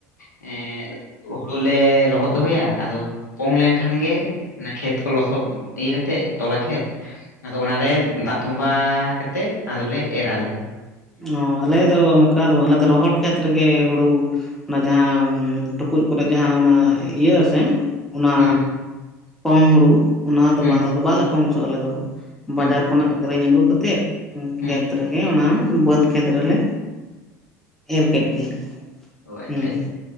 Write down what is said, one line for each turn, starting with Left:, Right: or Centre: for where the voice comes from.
Left: ᱮᱸ ᱦᱩᱲᱩ ᱞᱮ ᱞᱚᱦᱚᱫ ᱫᱚᱦᱚᱭᱟ ᱟᱫᱚ ᱯᱚᱝ ᱞᱮᱱᱠᱷᱟᱱ ᱜᱮ ᱚᱱᱟ ᱠᱷᱮᱛ ᱠᱚ ᱞᱚᱥᱚᱫ ᱤᱭᱟᱹ ᱠᱟᱛᱮᱫ ᱛᱚᱞᱟ ᱠᱷᱮᱛ ᱟᱫᱚ ᱚᱱᱟᱨᱮ ᱫᱟᱜ ᱛᱚᱸᱵᱟ ᱠᱟᱛᱮᱜ ᱟᱫᱚᱞᱮ ᱮᱨ ᱟᱞᱮ᱾
Centre: ᱚ ᱟᱞᱮ ᱫᱚ ᱚᱱᱠᱟ ᱫᱚ ᱵᱟ ᱟᱞᱮ ᱫᱚ ᱨᱚᱦᱚᱲ ᱠᱷᱮᱛ ᱨᱮᱜᱮ ᱦᱩᱲᱩ ᱚᱱᱟ ᱡᱟᱦᱟᱸ ᱴᱩᱠᱩᱡ ᱠᱚᱨᱮᱜ ᱡᱟᱦᱟᱸ ᱚᱱᱟ ᱤᱭᱟ ᱟᱥᱮ ᱚᱱᱟ
Left: ᱦᱩᱸ
Centre: ᱯᱚᱝ ᱦᱩᱲᱩ ᱚᱱᱟ ᱫᱚ
Left: ᱦᱩᱸ
Centre: ᱵᱟᱝ ᱟᱞᱮ ᱫᱚ ᱵᱟᱞᱮ ᱯᱚᱝ ᱦᱚᱪᱚ ᱟᱞᱮ ᱫᱚ
Left: ᱦᱩᱸ
Centre: ᱵᱟᱡᱟᱨ ᱠᱷᱚᱱᱟᱜ ᱠᱤᱨᱤᱧ ᱟᱹᱜᱩ ᱠᱟᱛᱮᱜ
Left: ᱦᱩᱸ
Centre: ᱠᱷᱮᱛ ᱨᱮᱜᱮ ᱚᱱᱟ ᱵᱟᱹᱫᱽ ᱠᱷᱮᱛ ᱨᱮᱞᱮ ᱮᱨ ᱠᱮᱫ ᱜᱮ
Left: ᱚ ᱟᱪᱪᱷᱟ
Centre: ᱦᱮᱸ᱾
Left: ᱟᱪᱪᱷᱟ